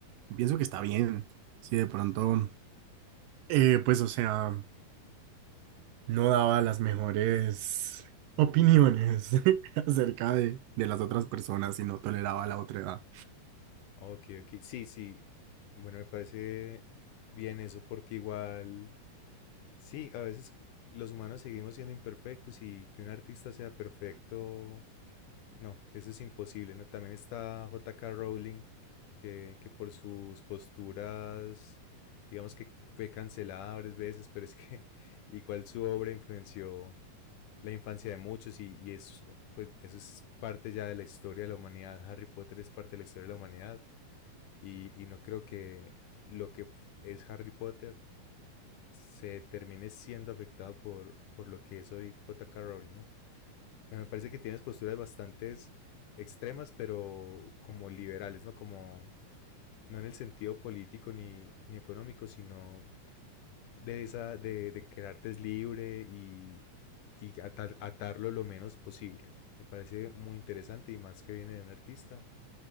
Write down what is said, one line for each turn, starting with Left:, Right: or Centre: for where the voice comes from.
Right: pienso que está bien, si de pronto... Eh, pues, o sea, no daba las mejores opiniones <laughs> acerca de, de las otras personas y no toleraba la otra edad.
Left: Ok, ok. Sí, sí. Bueno, me parece bien eso porque igual, sí, a veces los humanos seguimos siendo imperfectos y que un artista sea perfecto, no, eso es imposible, ¿no? También está J.K. Rowling, que, que por sus posturas, digamos que fue cancelada varias veces, pero es que <laughs> igual su obra influenció la infancia de muchos y, y eso, pues, eso es parte ya de la historia de la humanidad. Harry Potter es parte de la historia de la humanidad. Y, y no creo que lo que f- es Harry Potter se termine siendo afectado por, por lo que es hoy J.K. Rowling, ¿no? Bueno, me parece que tienes posturas bastante extremas, pero como liberales, ¿no? Como no en el sentido político ni, ni económico, sino de esa, de, de que el arte es libre y, y atar- atarlo lo menos posible. Me parece muy interesante y más que viene de un artista